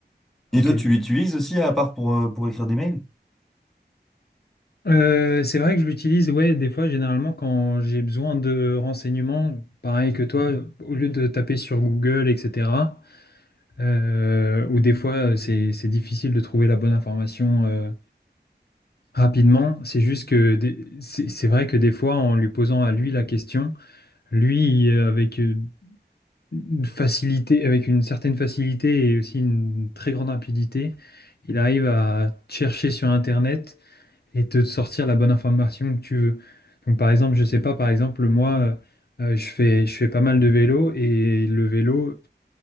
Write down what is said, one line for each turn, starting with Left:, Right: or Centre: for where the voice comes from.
Centre: Et
Left: Ok.
Centre: toi, tu l'utilises aussi à part pour, euh, pour écrire des mails?
Left: Euh, c'est vrai que je l'utilise, ouais, des fois, généralement, quand j'ai besoin de renseignements, pareil que toi, au lieu de taper sur Google, etc. euh, ou des fois euh, c'est c'est difficile de trouver la bonne information euh, rapidement. C'est juste que des- c'est c'est vrai que des fois en lui posant à lui la question, lui euh, avec euh, une facilité, avec une certaine facilité et aussi une très grande rapidité, il arrive à chercher sur Internet et te sortir la bonne information que tu veux. Donc par exemple, je sais pas, par exemple moi. euh, je fais, je fais pas mal de vélo et le vélo,